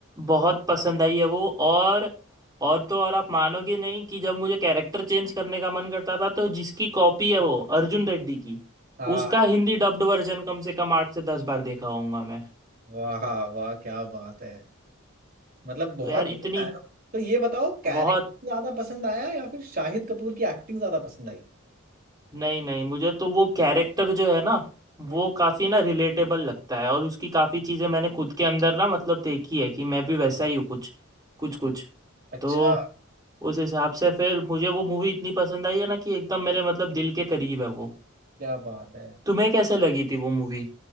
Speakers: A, on the right; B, on the right.
A: बहुत पसंद आई है वो और और तो और आप मानोगे नहीं कि जब मुझे कैरेक्टर चेंज करने का मन करता था तो जिसकी कॉपी है वो अर्जुन रेड्डी की
B: हाँ
A: उसका हिंदी डब्ड वर्जन कम से कम आठ से दस बार देखा होऊंगा मैं
B: वाह हाँ, वाह क्या बात है मतलब बहुत
A: तो यार
B: बढ़िया
A: इतनी
B: है ना तो ये बताओ कैरेक्टर
A: बहुत
B: ज्यादा पसंद आया या फिर शाहिद कपूर की एक्टिंग ज्यादा पसंद आई
A: नहीं नहीं मुझे तो वो कैरेक्टर जो है ना
B: हम्म
A: वो काफी ना रिलेटेबल लगता है और उसकी काफी चीजें मैंने खुद के अंदर ना मतलब देखी है कि मैं भी वैसा ही हूँ कुछ कुछ कुछ
B: अच्छा
A: तो उस हिसाब से फिर मुझे वो मूवी इतनी पसंद आई है ना कि एकदम मेरे मतलब दिल के करीब है वो
B: क्या बात है
A: तुम्हें कैसे लगी थी वो मूवी